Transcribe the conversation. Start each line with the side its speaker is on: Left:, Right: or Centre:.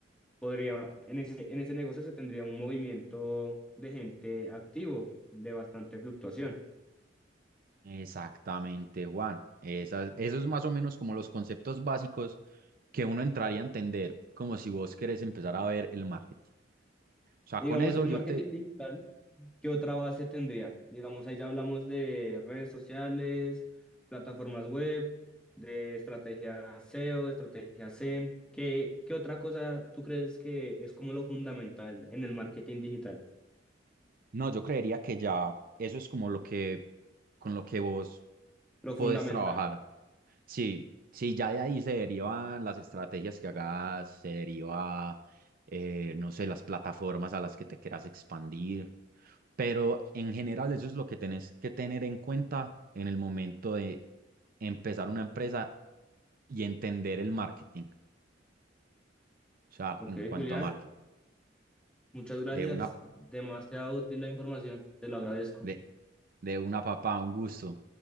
Centre: podría, en ese, en ese negocio se tendría un movimiento de gente activo, de bastante fluctuación.
Right: Exactamente, Juan. esas eso es más o menos como los conceptos básicos que uno entraría a entender como si vos querés empezar a ver el marketing. O sea,
Centre: Y digamos,
Right: con eso
Centre: el
Right: yo
Centre: marketing
Right: te...
Centre: digital, ¿qué otra base tendría? Digamos, ahí ya hablamos de redes sociales, plataformas web, de estrategia SEO, estrategia SEM. ¿Qué, qué otra cosa tú crees que es como lo fundamental en el marketing digital?
Right: No, yo creería que ya eso es como lo que, con lo que vos
Centre: Lo
Right: podés
Centre: fundamental.
Right: trabajar. Sí, sí, ya de ahí se derivan las estrategias que hagas, se deriva, eh, no sé, las plataformas a las que te quieras expandir, pero en general eso es lo que tenés que tener en cuenta en el momento de empezar una empresa y entender el marketing, o sea,
Centre: Ok,
Right: en cuanto
Centre: Julián,
Right: a marketing,
Centre: muchas gracias.
Right: de una,
Centre: Demasiado útil la información. Te lo agradezco.
Right: de, de una papá, un gusto.